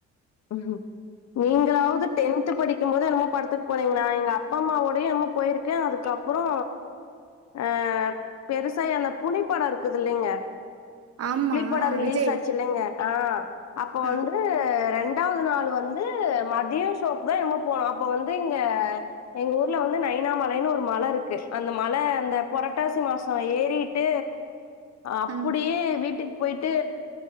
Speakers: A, on the left; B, on the right.
A: ம் ம் நீங்களாவது டென்த் படிக் க்கும் போது என்னமோ படத்துக்கு போனீங்க நா எங்க அப்பா அம்மாவோட என்னமோ போயிருக்கே அதுக்கப்பறோ ஆ பெருசா எல புலிப்படோ இருக்குது இல்லைங்க
B: ஆமா
A: பட ரிலீஸ்
B: விஜய்
A: ஆச்சு இல்லைங்க ஆ அப்போ
B: ஆ
A: வந்து ரெண் டாவது நாள் வந்து மதியோ ஷோக்கு தா என்னமோ போனோ அப்ப வந்து இங்க எங்க ஊர்ல வந்து நைனாமலைன் ஒரு மல இருக்கு அந்த மல அந்த புரட்டாசி மாசோ ஏறி ட்டு அப்படியே
B: ஆ
A: வீட்டுக் போய்ட்டு